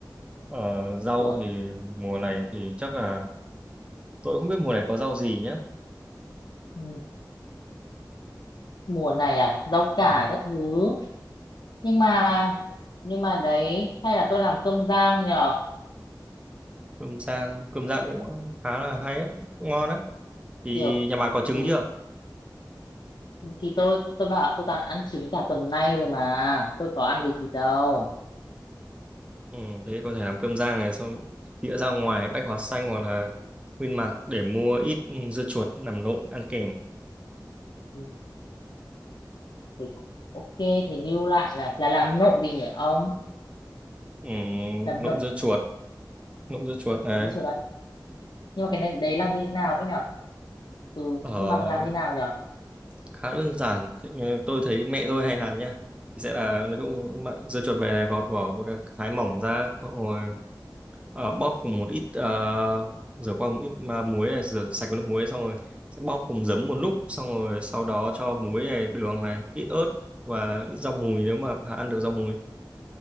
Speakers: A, on the right; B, on the left.
A: Ờ, rau
B: Ủa,
A: thì mùa này thì chắc là tôi không biết mùa này có rau gì nhá
B: ừ. mùa này à rau cải
A: Ừ.
B: các thứ nhưng mà nhưng mà đấy hay là tôi làm cơm rang nhở
A: cơm rang cơm rang cũng khá là hay ấy, cũng ngon đấy thì
B: kiểu
A: nhà bà có trứng
B: ừ,
A: chưa
B: thì tôi tôi bảo tôi toàn ăn trứng cả tuần nay rồi mà tôi có ăn gì thịt đâu
A: ừ, thế có thể làm cơm rang này xong đĩa ra ngoài bách hóa xanh hoặc là Nguyên Mạc để mua ít ừ, dưa chuột làm nộm ăn kèm
B: ừ. thế, ok thì lưu lại là là làm nộm gì nhỉ ông
A: ừ,
B: làm
A: nộm
B: nộm
A: dưa
B: gì
A: chuột
B: nhỉ
A: nộm dưa chuột này
B: nộm cái chiều đấy nhưng mà cái này đấy làm như nào ấy nhở ừ
A: Ờ,
B: nhưng mà làm như nào nhở
A: khá đơn giản Thế, ờ, tôi thấy mẹ tôi hay làm nha thì sẽ là nói chung mà dưa chuột về này gọt vỏ với cả thái mỏng ra xong rồi ờ, bóp cùng một ít ờ, rửa qua một ít à, muối này rửa sạch với nước muối xong rồi sẽ bóp cùng giấm một lúc xong rồi sau đó cho muối này đường này ít ớt và ít rau mùi nếu mà ăn được rau mùi